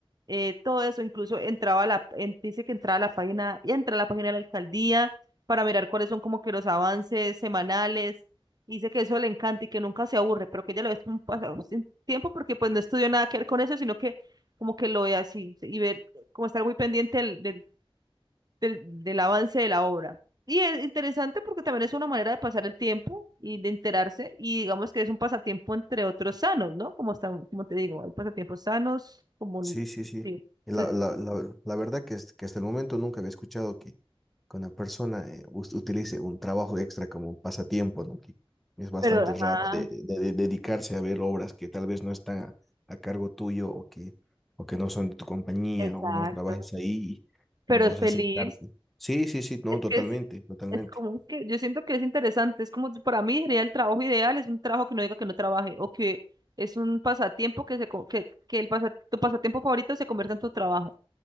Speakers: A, on the right; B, in the centre.
A: eh, todo eso, incluso entraba a la, en- dice que entraba a la página, y entra a la página de la alcaldía para mirar cuáles son como que los avances semanales, y dice que eso le encanta y que nunca se aburre, pero que ella lo ve como un pasado sin tiempo porque pues no estudió nada que ver con eso, sino que como que lo ve así, y ver, como estar muy pendiente del, del, del, del avance de la obra. Y es interesante porque también es una manera de pasar el tiempo y de enterarse y digamos que es un pasatiempo entre otros sanos, ¿no? Como están, como te digo, hay pasatiempos sanos, como
B: Sí, sí, sí.
A: digo.
B: Y La,
A: Entonces,
B: la, la, la verdad que, es- que hasta el momento nunca había escuchado que, que una persona eh, us- utilice un trabajo extra como un pasatiempo, ¿no? Que es bastante
A: pero, ajá,
B: raro de, de- de dedicarse a ver obras que tal vez no están a, a cargo tuyo o que, o que no son de tu compañía
A: exacto.
B: o no trabajes ahí
A: Pero
B: y, y vos
A: es feliz.
B: acercarte. Sí, sí, sí, no,
A: Es
B: totalmente,
A: que es,
B: totalmente.
A: es como que yo siento que es interesante. Es como que para mí sería el trabajo ideal, es un trabajo que no diga que no trabaje o que es un pasatiempo que se co- que, que el pasa- tu pasatiempo favorito se convierta en tu trabajo.